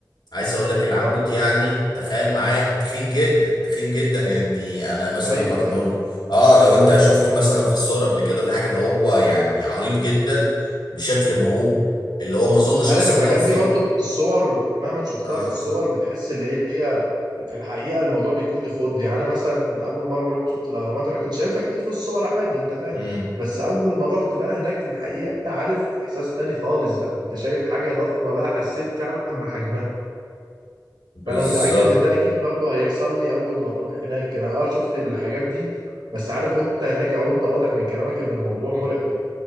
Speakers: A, on the left; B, on the right.
A: عايز اقول لك العمود
B: اه
A: يعني تخيل معاه تخين جدا تخين جدا يعني انا مثلا
B: ايوه
A: اقارنه
B: ايوه
A: اه لو انت شفته مثلا في الصور قبل كده ولا حاجه ده هو يعني عريض جدا بشكل مهول اللي هو ما اظنش
B: عارف
A: اصلا
B: الحاجات
A: لو في
B: دي برضو في الصور مهما شفتها
A: اه
B: في الصور بتحس اللي هي في الحقيقه الموضوع بيكون بيخض يعني انا مثلا اول مره رحت شفت الاهرامات انا كنت شايفها كتير في الصور عادي انت فاهم
A: امم
B: بس اول ما رحت بقى هناك في الحقيقه عارف احساس تاني خالص بقى انت شايف حاجه ضخمه بقى حسيت فعلا بحجمها
A: بالظبط
B: فانا متاكد ان ده اكيد برضو هيحصل لي اول ما اروح هناك انا اه شفت الحاجات دي بس عارف وانت هناك اهو انت واضح من كلامك ان الموضوع مرعب